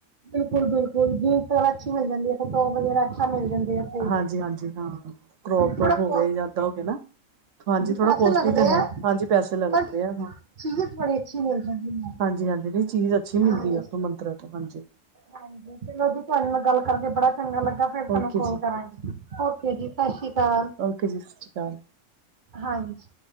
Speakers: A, on the right; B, on the right.
A: ਬਿਲਕੁਲ- ਬਿਲਕੁਲ ਜੀਨਸ ਅੱਛੀ ਮਿਲ ਜਾਂਦੀ। ਹੈਟੋਪ ਵਗੈਰਾ ਅੱਛਾ ਮਿਲ ਜਾਂਦੇ ਆ। ਤੇ
B: ਹਾਂਜੀ- ਹਾਂਜੀ ਹਾਂ। ਕਰੋਪ
A: ਥੋੜਾ
B: ਟੋਪ
A: ਕੋਸ
B: ਹੋ ਗਏ ਜਦਾਂ ਹੋ ਗ ਨਾ। ਹਾਂਜੀ। ਥੋੜਾ
A: ਪੈਸੇ
B: ਕੋਸਟਲੀ
A: ਲੱਗਦੇ
B: ਤਾਂ ਹੈ,
A: ਆ
B: ਹਾਂਜੀ। ਪੈਸੇ ਲੱਗਦੇ
A: ਪਰ
B: ਆ ਹਾਂ।
A: ਚੀਜ਼ ਬੜੀ ਅੱਛੀ ਮਿਲ ਜਾਂਦੀ ਹੈ
B: ਹਾਂਜੀ- ਹਾਂਜੀ, ਵੀ ਚੀਜ਼ ਅੱਛੀ ਮਿਲਦੀ
A: ਹਾਂਜੀ
B: ਆ। ਉਥੋਂ ਮੰਤਰ ਤੋਂ, ਹਾਂਜੀ।
A: ਹਾਂਜੀ। ਚਲੋਂ ਜੀ, ਤੁਹਾਡੇ ਨਾਲ ਗੱਲ ਕਰਕੇ ਬੜਾ ਚੰਗਾ ਲੱਗਾ। ਫੇਰ ਤੁਹਾਨੂੰ
B: ਓਕੇ
A: ਕੋਲ
B: ਜੀ,
A: ਕਰਾਂਗੀ, ਓਕੇ ਜੀ। ਸਤਿ ਸ਼੍ਰੀ ਅਕਾਲ।
B: ਓਕੇ ਜੀ, ਸਤਿ ਸ਼੍ਰੀ ਅਕਾਲ।
A: ਹਾਂਜੀ।